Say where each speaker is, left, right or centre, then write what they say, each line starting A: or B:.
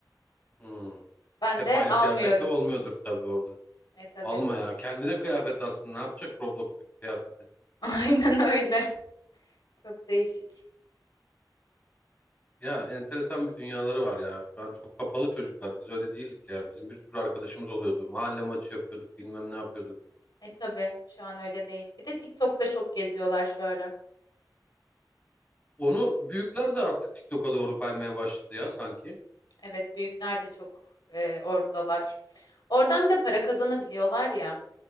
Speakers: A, on the left; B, on the left.
A: Hmm.
B: Ben
A: Hep
B: de
A: aynı
B: almıyorum.
A: kıyafetle olmuyordur tabii orada.
B: E tabii.
A: Alma ya. Kendine kıyafet alsın. Ne yapacak Roblox'taki kıyafeti?
B: <laughs> Aynen öyle. Çok değişik.
A: Ya enteresan bir dünyaları var ya. Şu an çok kapalı çocuklar. Biz öyle değildik ya. Bizim bir sürü arkadaşımız oluyordu. Mahalle maçı yapıyorduk. Bilmem ne yapıyorduk.
B: E tabii şu an öyle değil. Bir de TikTok'ta çok geziyorlar şu ara.
A: Onu büyükler de artık TikTok'a doğru kaymaya başladı ya sanki.
B: Evet büyükler de çok e, oradalar. Oradan bir de para kazanabiliyorlar ya.